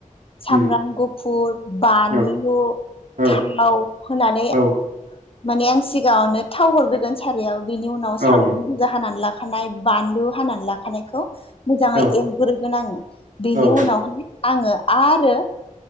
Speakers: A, on the left; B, on the right.
A: सामब्राम
B: उम
A: गुफुर बानलु
B: औ औ
A: थाव होनानै
B: औ
A: माने आं सिगाङावनो थाव हरग्रोगोन सारायाव बेनि उनाव
B: औ
A: सामब्राम
B: औ
A: बुजा हानानै ला खानाय बानलु हानानै लाखानायखौ मोजाङै
B: औ
A: एवग्रोगोन आङो बेनि
B: औ
A: उनावहाय आङो आरो